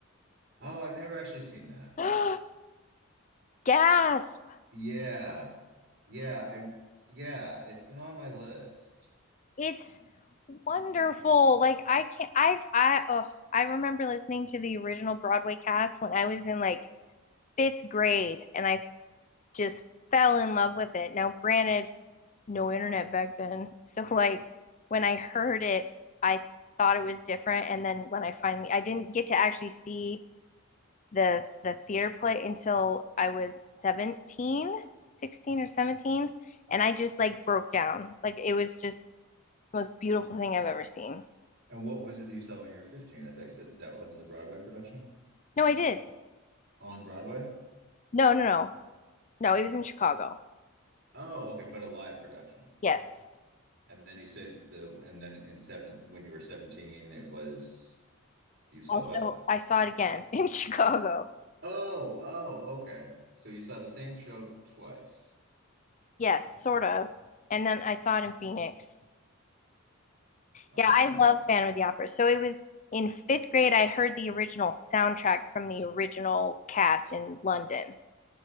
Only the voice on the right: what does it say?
Oh, I've never actually seen that.
Yeah. Yeah, I yeah, it's been on my list.
And what was it that you saw when you were 15? I thought you said that wasn't the Broadway production?
On Broadway?
Oh, okay, but a live production.
And then you said the and then in seven when you were 17 it was you saw
what?
Oh, oh, okay. So you saw the same show twice.
Okay.